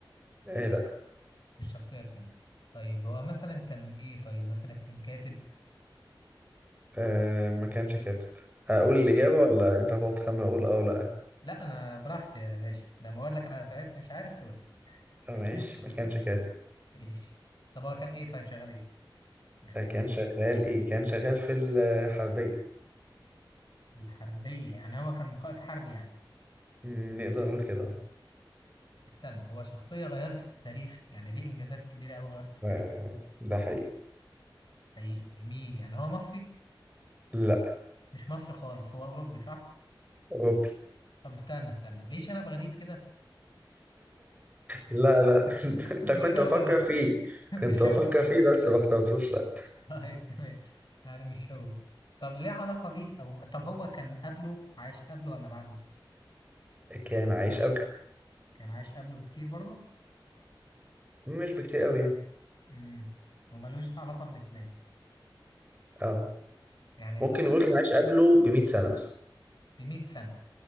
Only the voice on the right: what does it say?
آه لا
آه ما كانش كاتب أقول
الإجابة
ولا أنت هتقعد تخمن أقول أه ولا لأ؟
آه ماشي
ما
كانش كاتب
آه كان شغال إيه؟ كان شغال في الحربية
مم، نقدر نقول كده
آه، ده حقيقي
لا
أوروبي
لا لا
<laughs> ده
كنت
بفكر
فيه
كنت
بفكر
فيه بس ما اخترتوش لا
كان عايش قبله
مش بكتير قوي يعني
اه
ممكن
نقول
كان عايش قبله ب 100 سنة مثلا